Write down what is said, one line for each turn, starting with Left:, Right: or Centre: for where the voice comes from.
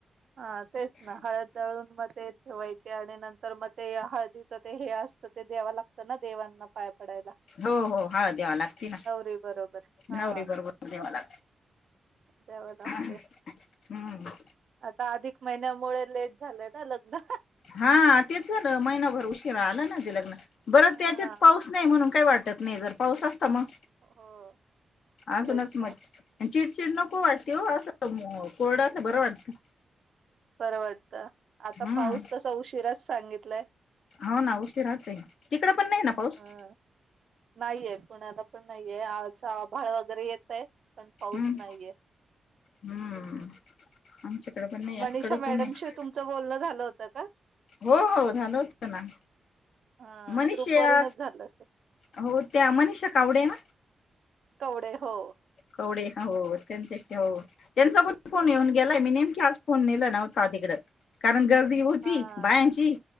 Right: हा तेच ना हळद दळून मग ते ठेवायचे आणि नंतर मग ते हळदीच ते हे अस त ते द्याव लागत ना देवांना पाय पडायला,
Left: हो हो हळद द्यावा लागते ना
Right: नवरी बरोबर. हा
Left: नवरी बरोबर देवाला
Right: द्यावं लागते
Left: हम्म.
Right: आता अधिक महिन्यामुळे लेट झालंय ना लग्न.
Left: हा तेच झालं महिनाभर उशीरा आला ना. लग्न बर
Right: हा
Left: त्याच्यात पाऊस नाही म्हणून काही वाटत नाही जर पाऊस असत मग.
Right: हो
Left: आजूनच
Right: तेच ना
Left: मज चिडचिड नको वाटते हो असं कोरडा असं बरं वाटतं.
Right: बरं वाटतं आता
Left: हम्म
Right: पाऊस तसा उशिराच सांगितलाय.
Left: हो ना उशीराच आहे. तिकड पण नाही ना पाऊस?
Right: ह नाहीये पुण्याला पण नाहीये आज आभाळ वगैरे येतय पण पाऊस
Left: हम्म
Right: नाहीये.
Left: हम्म. आमच्याकडे पण नाही असं
Right: मनीषा
Left: कडक
Right: मॅडमशी
Left: ऊन आहे
Right: तुमचं बोलणं झालं होतं का?
Left: हो हो झालं होत ना.
Right: हा
Left: मनीष
Right: ग्रुप
Left: या
Right: वरूनच झालं असेल
Left: हो त्या मनीषा का आवडे ना
Right: कवडे हो
Left: कवडे हो त्यांच्याशी हो त्यांचा पण फोन येऊन
Right: हा
Left: गेलाय मी नेमकीे फोन नेलं नव्हता तिकड कारण गर्दी होती
Right: हा
Left: बायांची